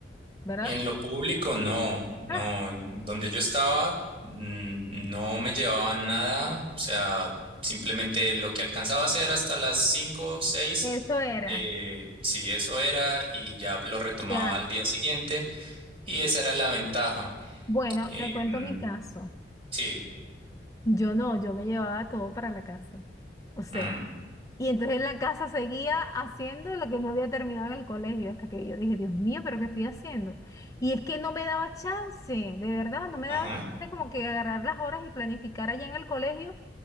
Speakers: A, on the left (about 20°); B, on the right (about 30°).
A: ¿verdad?
B: En lo público no, no.
A: Ah,
B: En Donde yo estaba, mm, no me llevaban nada, o sea, simplemente lo que alcanzaba a hacer hasta las 5 o 6,
A: eso era.
B: eh, sí, eso era y ya lo retomaba
A: Ya.
B: al día siguiente y esa era la ventaja.
A: Bueno,
B: Em,
A: te cuento mi caso.
B: sí.
A: Yo no, yo me llevaba todo para la casa. O sea,
B: Mm.
A: y entonces en la casa seguía haciendo lo que no había terminado en el colegio hasta que yo dije, Dios mío, pero ¿qué estoy haciendo? Y es que no me daba chance, de verdad, no me
B: Ajá,
A: daba chance como que agarrar las horas y planificar allá en el colegio